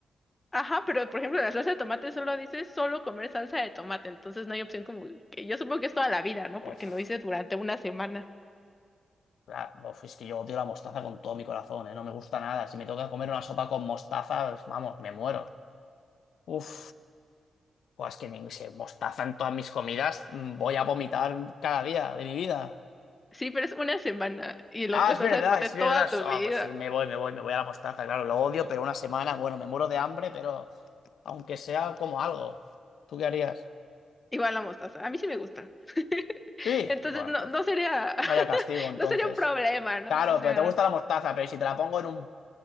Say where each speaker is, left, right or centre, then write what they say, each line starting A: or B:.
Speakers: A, on the left; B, on the left.
A: Ajá, pero por ejemplo, la salsa de tomate solo dice solo comer salsa de tomate, entonces no hay opción como que yo supongo que es toda la vida, ¿no?
B: Uf,
A: Porque no dice durante una semana.
B: la- uf, es que yo odio la mostaza con todo mi corazón, ¿eh? No me gusta nada. Si me toca comer una sopa con mostaza, pues, vamos, me muero. Uf, pues es que ni- si mostaza en todas mis comidas, mm, voy a vomitar cada día de mi vida.
A: Sí, pero es una semana y el
B: Ah,
A: otro
B: es
A: es salsa
B: verdad,
A: de tomate
B: es
A: toda
B: verdad.
A: tu
B: So, Ah,
A: vida.
B: pues sí, me voy, me voy, me voy a la mostaza, claro, lo odio, pero una semana, bueno, me muero de hambre, pero aunque sea como algo. ¿Tú qué harías?
A: Igual la mostaza. A mí sí me gusta. <laughs>
B: Sí,
A: Entonces
B: bueno,
A: no,
B: entonces,
A: no sería, <laughs>
B: vaya castigo entonces.
A: no sería un problema, ¿no?
B: Claro,
A: O sea,
B: pero te gusta la mostaza, pero si te la pongo en un,